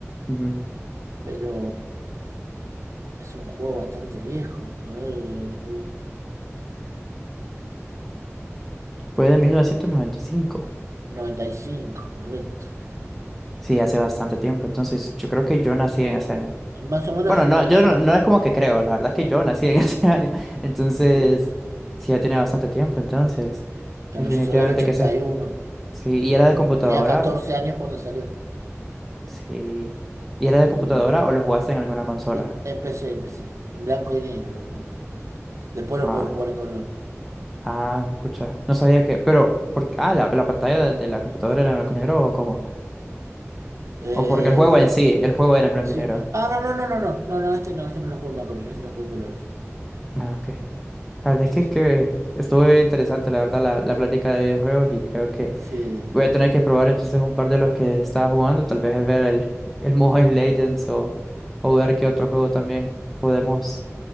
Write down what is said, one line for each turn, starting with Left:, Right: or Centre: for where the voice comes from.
Centre: Ujú.
Right: pero es un juego bastante viejo. A ver,
Centre: Fue de mil novecientos noventa y cinco.
Right: 95 correcto.
Centre: Sí, hace bastante tiempo. Entonces, yo creo que yo nací en ese año.
Right: Más o menos
Centre: Bueno, no,
Right: cuando
Centre: yo
Right: salió.
Centre: no, no es como que creo, la verdad es que yo nací en <laughs> ese año. Entonces,
Right: Sí, sí.
Centre: sí, ya tiene bastante tiempo, entonces,
Right: Claro,
Centre: definitivamente
Right: yo soy del 81.
Centre: que sí. Sí, ¿y era de computadora?
Right: Tenía 14 años cuando salió.
Centre: Sí. ¿Y era de
Right: Y
Centre: computadora o lo jugaste en alguna consola?
Right: em- empecé, empecé. En blanco y negro lo jugué. Después
Centre: Ah,
Right: lo pude jugar en color.
Centre: ah, pucha, no sabía que, pero, ¿por qué? Ah, la, la pantalla de, de la computadora era en blanco y negro o cómo?
Right: Eh,
Centre: O porque el juego
Right: creo
Centre: en sí,
Right: que sí.
Centre: el juego era en blanco
Right: Sí.
Centre: y negro.
Right: Ah, no, no, no, no, no. No, no, este no, este no lo jugué en blanco y negro, este lo jugué en colores.
Centre: Ah, ok. La verdad es
Right: Sí,
Centre: que,
Right: sí.
Centre: que estuvo bien interesante, la verdad, la, la plática de videojuegos y creo que
Right: Sí.
Centre: Voy a tener que probar entonces un par de los que estaba jugando, tal vez ver el, el <laughs> Mobile Legends o, o ver qué otro juego también podemos